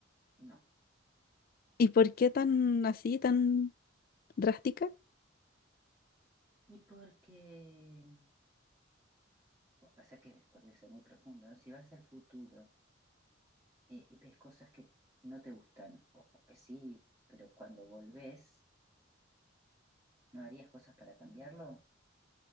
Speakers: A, on the right; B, on the left.
A: no.
B: ¿Y por qué tan así, tan drástica?
A: Y porque, pues pasa que podría ser muy profundo, ¿no? Si vas al futuro eh, ves cosas que no te gustan o, o que sí, pero cuando volvés, ¿no harías cosas para cambiarlo?